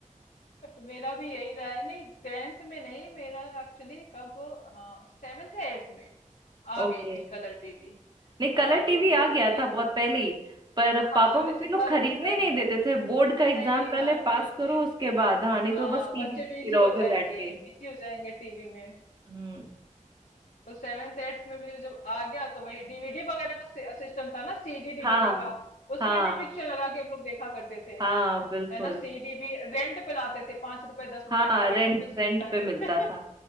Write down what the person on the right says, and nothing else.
ओके
नहीं
कलर टीवी
आ गया
था बहुत
पहले ही पर
पापा
मम्मी
लोग खरीदने
नहीं
देते थे बोर्ड का एग्जाम
पहले
पास
करो उसके बाद हाँ नहीं
तो बस टीवी
देखते
रहोगे
बैठ के
हम्म
हाँ
हाँ
हाँ बिल्कुल
हाँ
रेंट
रेंट
पे मिलता
था